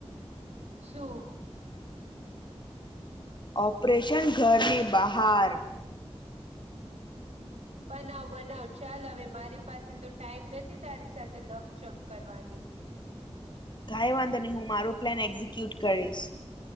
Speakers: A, on the right; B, on the left.
A: શું?
B: ઓપરેશન ઘરની બહાર.
A: બનાવ બનાવ. ચાલ હવે, મારી પાસે તો ટાઈમ નથી, તારી સાથે લપચપ કરવાની.
B: કાય વાંધો નહીં હું મારો પ્લાન એક્ઝિક્યુટ કરીશ.